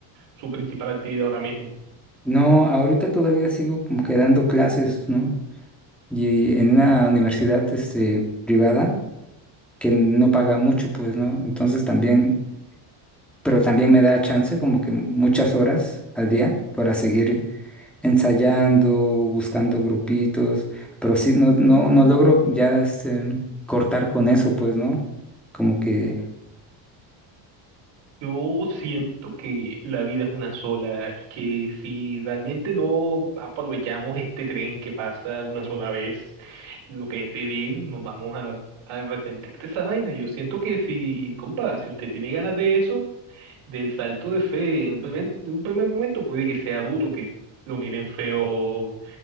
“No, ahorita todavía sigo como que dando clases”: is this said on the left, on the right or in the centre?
Centre